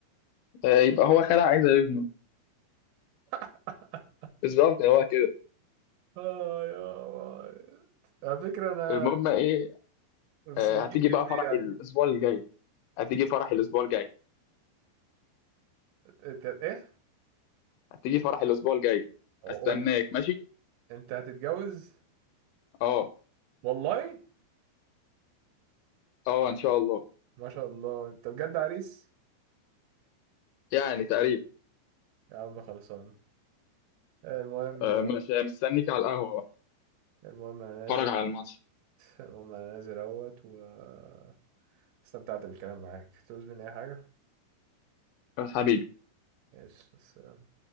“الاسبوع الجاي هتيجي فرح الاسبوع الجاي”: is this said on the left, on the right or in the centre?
Left